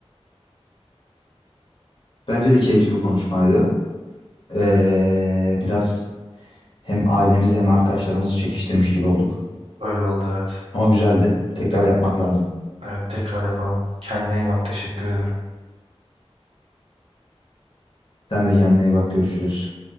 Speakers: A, on the left; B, on the right.
A: Bence de keyifli bir konuşmaydı. Ee, biraz hem ailemizi hem arkadaşlarımızı çekiştirmiş gibi olduk.
B: Öyle oldu evet.
A: Ama güzeldi. Tekrar yapmak lazım.
B: Evet tekrar yapalım. Kendine iyi bak. Teşekkür ederim.
A: Sen de kendine iyi bak. Görüşürüz.